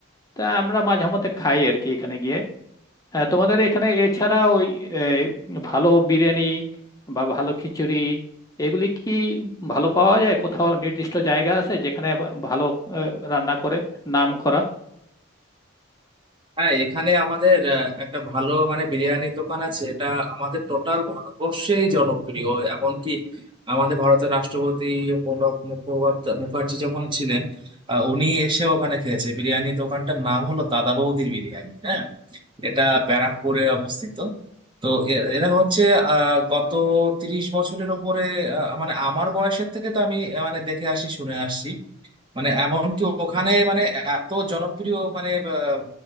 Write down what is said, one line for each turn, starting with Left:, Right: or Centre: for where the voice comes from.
Left: তা আমরা মাঝে মধ্যে খাই আর কি এখানে গিয়ে হ্যাঁ তোমাদের এখানে এছাড়া ওই এ, ভালো বিরিয়ানি বা ভালো খিচুড়ি এগুলি কি ভালো পাওয়া যায় কোথাও নির্দিষ্ট জায়গা আছে যেখানে ভা- ভালো আহ, রান্না করে নাম করা
Right: হ্যাঁ এখানে আমাদের আহ, একটা ভালো মানে বিরিয়ানি দোকান আছে এটা আমাদের টোটাল ভারতবর্ষেই জনপ্রিয় এমনকি আমাদের ভারতের রাষ্ট্রপতি প্রণব মুখোপাধ্যায় মুখার্জি যখন ছিলেন আহ, উনি এসে ওখানে খেয়েছে বিরিয়ানি দোকানটার নাম হলো দাদা বৌদির বিরিয়ানি হ্যাঁ এটা ব্যারাকপুরে অবস্থিত তো এ- এরা হচ্ছে আহ গত তিরিশ বছরের উপরে আহ, মানে আমার বয়সের থেকে তো আমি আহ, মানে দেখে আসি শুনে আসছি মানে এমনকি ওখানে মানে এত জনপ্রিয় মানে আহ,